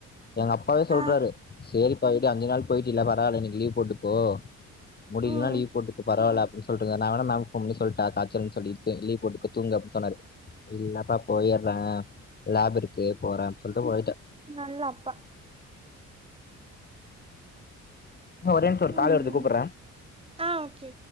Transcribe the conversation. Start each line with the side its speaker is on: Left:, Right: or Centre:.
Left: எங்க அப்பாவே சொல்றாரு
Right: ஆ
Left: சேரிப் அப்பா வீட்டுக்கு அஞ்சு நாள் போயிட்டில பரவாயல்ல இன்னிக்கு லீவ் போட்டுக்கோ முடியிலன்னா
Right: ம்
Left: லீவு போட்டுக்கோ பரவால்ல அப் ரிசல்ட்ங்க நா வேன்னா மேமுக்குஃ போன் பண்ணி சொல்டா தால் ஜலின் சொல்லியிருக்க லீவ் போட்டுக்கோ தூங்கு அப்டின்னு சொன்னாரு இல்லப்பா போயிற்ற லேப் இருக்கு போற அப்டி சொல்லிட்டு போயிட்ட
Right: நல்ல அப்பா
Left: ஆ ஒரே நிம்ஷோ ஒரு
Right: ம்
Left: கால் வருது கூப்பற்ற
Right: ஆ ஓகே